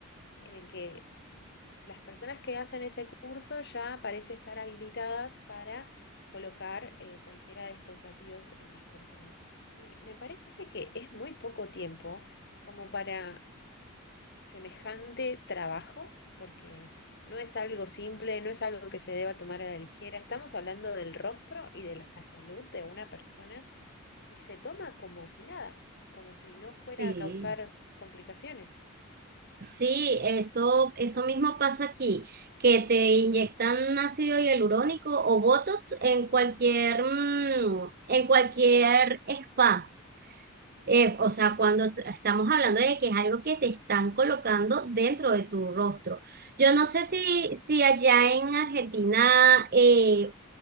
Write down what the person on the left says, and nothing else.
en que s- las personas que hacen ese curso ya parece estar habilitadas para colocar eh, cualquiera de estos ácidos en las personas. Y me parece que es muy poco tiempo como para semejante trabajo, porque no es algo simple, no es algo que se deba tomar a la ligera. Estamos hablando del rostro y de la salud de una persona y se toma como si nada, como si no fuera
a causar complicaciones.